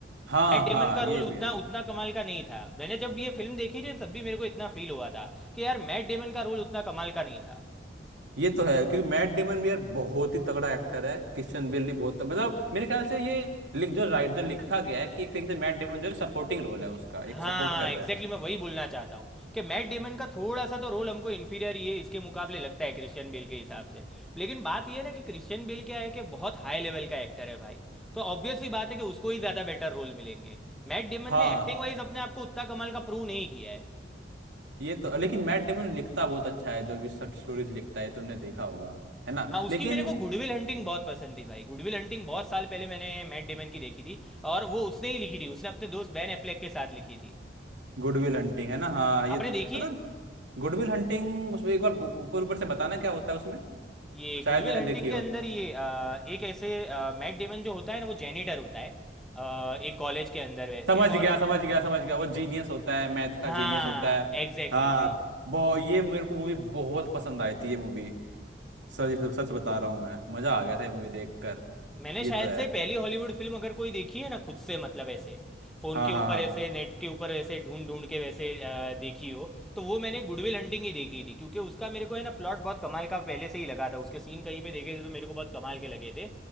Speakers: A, on the right; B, in the centre.
A: हाँ
B: मैट डेमन
A: हाँ
B: का
A: ये
B: रोल
A: भी
B: उतना
A: है
B: उतना कमाल का नहीं था मैंने जब ये फिल्म देखी थी ना, तब भी मेरे को इतना फील हुआ था कि यार मैट डेमन का रोल उतना कमाल का नहीं था
A: ये तो है क्योंकि मैट डेमन भी यार बहुत ही तगड़ा एक्टर है किशन बेल भी बहुत तगड़ा, मतलब मेरे ख्याल से ये लिख जो राइट जो लिखा गया है कि एक तरीके से मैट डेमन जो है सपोर्टिंग रोल है उसका
B: हाँ
A: एक सपोर्ट कर
B: एग्जैक्टली
A: रहा है
B: exactly मैं वही बोलना चाहता हूँ कि मैट डेमन का थोड़ा सा तो रोल हमको इन्फीरियर ये इसके मुकाबले लगता है क्रिश्चियन बेल के हिसाब से लेकिन बात ये है ना कि क्रिश्चियन बेल क्या है कि बहुत हाई लेवल का एक्टर है भाई तो ऑब्वियसली बात है कि उसको ही ज़्यादा बेटर रोल मिलेंगे मैट डेमन
A: हाँ
B: ने एक्टिंग वाइज अपने आप को उतना कमाल का प्रूव नहीं किया है
A: ये तो लेकिन मैट डेमन लिखता बहुत अच्छा है जो भी शॉर्ट स्टोरीज लिखता है तुमने देखा होगा है ना
B: हाँ उसकी
A: लेकिन
B: मेरे को गुडविल हंटिंग बहुत पसंद थी भाई गुडविल हंटिंग बहुत साल पहले मैंने मैट डेमन की देखी थी और वो उसने ही लिखी थी उसने अपने दोस्त बैन एफ्लेक के साथ लिखी थी
A: गुडविल हंटिंग है ना हाँ ये
B: आपने
A: तो,
B: देखी
A: मतलब
B: है
A: गुडविल हंटिंग उसमें एक बार ऊपर ऊपर से बताना क्या होता है उसमें
B: ये
A: शायद
B: गुडविल
A: मैंने
B: हंटिंग
A: देखी
B: के
A: हो
B: अंदर ये अ, एक ऐसे आ, मैट डेमन जो होता है ना वो जेनिटर होता है अ, एक कॉलेज के अंदर वैसे
A: समझ
B: और
A: गया
B: और-
A: समझ गया
B: हाँ
A: समझ गया वो जीनियस होता है मैथ
B: हाँ
A: का जीनियस होता है
B: एग्जैक्टली
A: हाँ
B: भाई
A: बहुत ये मेरे को मूवी बहुत पसंद आई थी ये मूवी सच सच बता रहा हूँ मैं मजा आ गया था ये मूवी देखकर
B: मैंने
A: ये
B: शायद
A: तो है
B: से पहली हॉलीवुड फिल्म अगर कोई देखी है ना खुद से मतलब ऐसे फोन
A: हाँ
B: के ऊपर
A: हाँ हाँ
B: ऐसे नेट के ऊपर ऐसे ढूंढ ढूंढ के वैसे अ, देखी हो तो वो मैंने गुडविल हंटिंग ही देखी थी क्योंकि उसका मेरे को है ना प्लॉट बहुत कमाल का पहले से ही लगा था उसके सीन कहीं पे देखे थे तो मेरे को बहुत कमाल के लगे थे